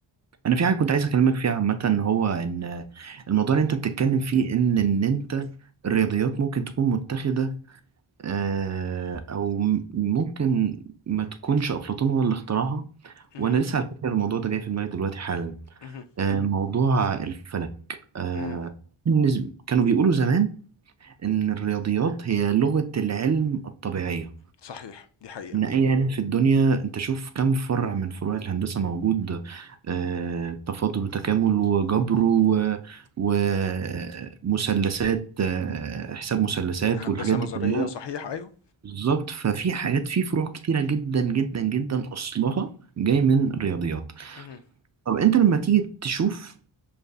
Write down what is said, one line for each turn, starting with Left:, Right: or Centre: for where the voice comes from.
Right: انا في حاجة كنت عايز اكلمك فيها عامة هو ان الموضوع اللي انت بتتكلم فيه ان ان انت الرياضيات ممكن تكون متخذة آه او م- ممكن ما تكونش افلاطون هو اللي اخترعها
Left: مهم.
Right: وانا لسه على فكرة الموضوع ده جاي في دماغي دلوقتي حالا
Left: مهم.
Right: آه موضوع الفلك آه
Left: مم.
Right: بالنسبة- كانوا بيقولوا زمان إن الرياضيات هي لغة العلم الطبيعية
Left: صحيح دي حقيقة
Right: إن أي علم في الدنيا أنت شوف كم فرع من فروع الهندسة موجود آه، تفاضل وتكامل وجبر و- ومثلثات آه، حساب مثلثات
Left: هندسة
Right: والحاجات
Left: نظرية
Right: دي كلها
Left: صحيح ايوه
Right: بالظبط ففي حاجات في فروع كتيرة جدا جدا جدا أصلها جاي من الرياضيات
Left: مهم.
Right: طب أنت لما تيجي تشوف